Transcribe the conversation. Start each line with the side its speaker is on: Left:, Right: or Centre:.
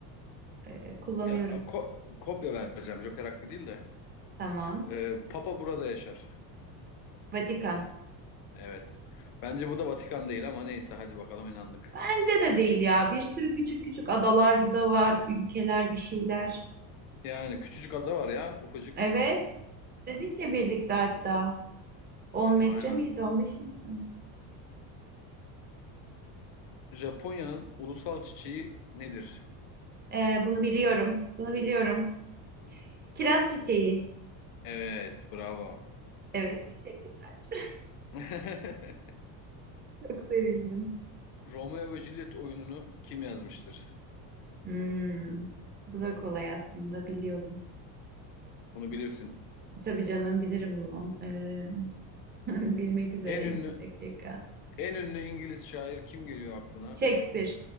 Right: e, kullanıyorum.
Left: Ya ko- kopya vereceğim Joker hakkı değil de.
Right: Tamam.
Left: E, Papa burada yaşar.
Right: Vatikan.
Left: Evet. Bence bu da Vatikan değil ama neyse hadi bakalım inandık.
Right: Bence de değil ya. Bir sürü küçük küçük adalar da var, ülkeler, bir şeyler.
Left: Yani küçücük ada var ya ufacık.
Right: Evet. Dedik ya birlikte hatta. On metre
Left: Aynen.
Right: miydi, 15 metre mi?
Left: Japonya'nın ulusal çiçeği nedir?
Right: E, bunu biliyorum. Bunu biliyorum. Kiraz çiçeği.
Left: Evet, bravo.
Right: Evet, teşekkürler.
Left: <laughs>
Right: Çok sevindim.
Left: Romeo ve Juliet oyununu kim yazmıştır?
Right: Hmm, bu da kolay aslında biliyordum.
Left: Bunu bilirsin.
Right: Tabii canım bilirim bunu. Ee, <laughs> bilmek üzereyim
Left: En ünlü
Right: bir dakika.
Left: en ünlü İngiliz şair kim geliyor aklına?
Right: Shakespeare.